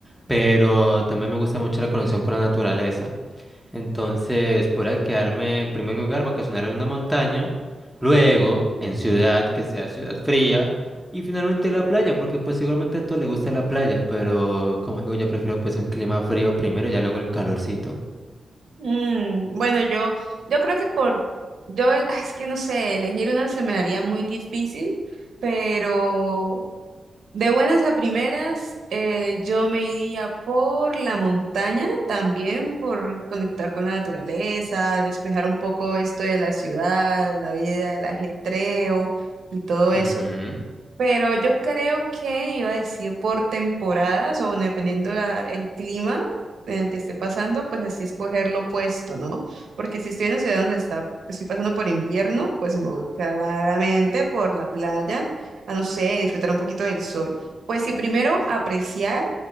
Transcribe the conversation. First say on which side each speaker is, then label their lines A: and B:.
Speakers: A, in the centre; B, on the right.
A: pero también me gusta mucho la conexión con la naturaleza. Entonces, podría quedarme en primer lugar, vacacionar en una montaña, luego en ciudad, que sea ciudad fría, y finalmente la playa, porque pues igualmente a todos les gusta la playa, pero como digo, yo prefiero pues un clima frío primero y ya luego el calorcito.
B: Mm, bueno, yo, yo creo que por, yo, el- <laughs> es que no sé, elegir una se me haría muy difícil, pero De buenas a primeras, eh, yo me iría por la montaña también, por conectar con la naturaleza, despejar un poco esto de la ciudad, la vida, el ajetreo y todo eso.
A: Ujú.
B: Pero yo creo que iba a decir por temporadas o bueno, dependiendo la, el clima en el que esté pasando, pues así escoger lo opuesto, ¿no? Porque si estoy en una ciudad donde está, estoy pasando por invierno, pues me voy claramente por la playa, a no sé, disfrutar un poquito del sol. Pues sí, primero apreciar